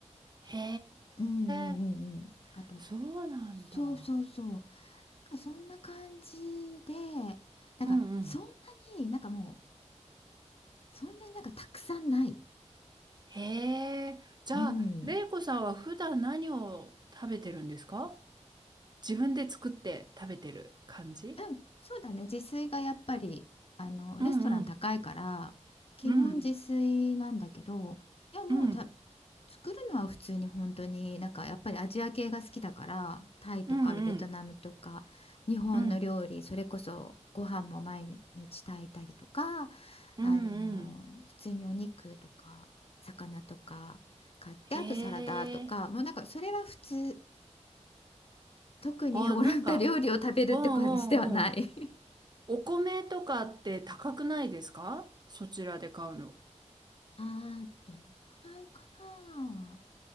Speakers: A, on the right; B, on the left.
A: へ
B: うんうんうんうんあと
A: え、そうなんだ。
B: そうそうそうなんかそんな感じでなんかそんな
A: うんうん。
B: になんかもうそんなになんかたくさんない。
A: へえ、じゃあ、
B: うん。
A: レイコさんは普段何を食べてるんですか自分で作って食べてる感じ
B: うん、そうだね。自炊がやっぱり、あの、
A: うんうん
B: レストラン高いから、基本自炊なんだけど、
A: うん
B: いや、もうた、
A: うん
B: 作るのは普通に本当に、なんかやっぱりアジア系が好きだから、タイとかベトナムとか、
A: うんうん
B: 日本の料理、
A: うん
B: それこそご飯も毎日炊いたりとか、
A: うんうん
B: あの、普通にお肉とか、魚とか買って、
A: へ
B: あとサラダとか、
A: え
B: もうなんかそれは普通。特にオランダ料理を食べるって感じではない
A: あなんかうんうんうんお米とかって高くないですかそちらで買うの
B: <laughs> ああ、どのくらいかな。